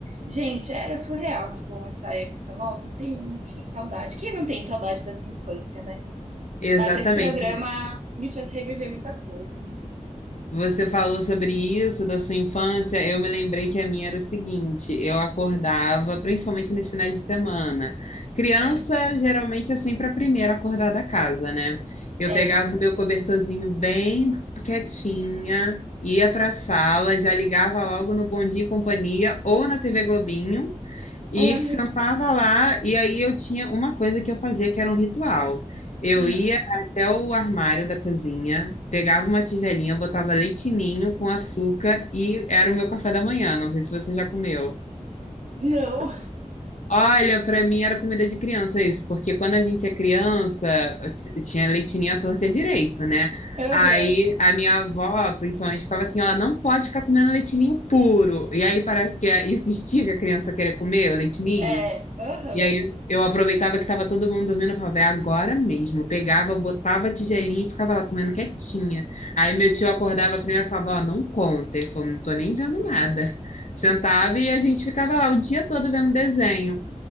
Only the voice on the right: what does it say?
Gente, era surreal de bom essa época. Nossa, eu tenho, enfim, saudade. Quem não tem saudade dessa infância, né?
Mas esse programa me fez reviver muita coisa.
Hum,
é.
Olha.
Hum,
não.
Aham.
É. Aham.